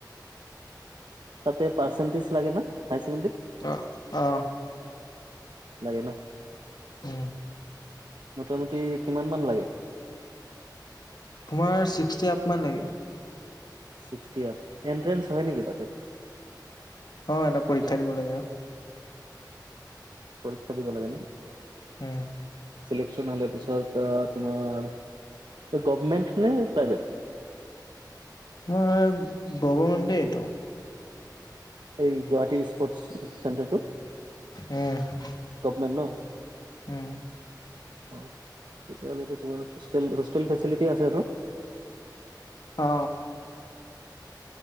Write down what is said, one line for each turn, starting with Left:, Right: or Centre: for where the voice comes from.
Right: তাতে পাৰ্চেণ্টিচ লাগে না হায়াৰ ছেকেণ্ডডাৰীত
Left: অ' অ
Right: লাগে ন।
Left: উম
Right: মোটামুটি কিমান মান লাগে
Left: তোমাৰ ছিক্সটি আপ মান লাগে।
Right: ছিক্সটি আপ এণ্ট্ৰেন্স হয় নেকি তাতে
Left: অ, এটা পৰীক্ষা দিব লাগে আৰু
Right: পৰীক্ষা দিব লাগে ন
Left: উম।
Right: চিলেকচন হলে পিছত অ তোমাৰ গভমেণ্ট নে প্ৰাইভেট
Left: মই গৱমেণ্ট দেই এইটো।
Right: এই গুৱাহাটীৰ স্পৰ্ট চেণ্টাৰটো
Left: উম
Right: গভমেণ্ট ন
Left: উম
Right: অ তেতিয়াহ'লে তোমাৰ হোষ্টেল হোষ্টেল ফেচেলিটি আছেটো
Left: অ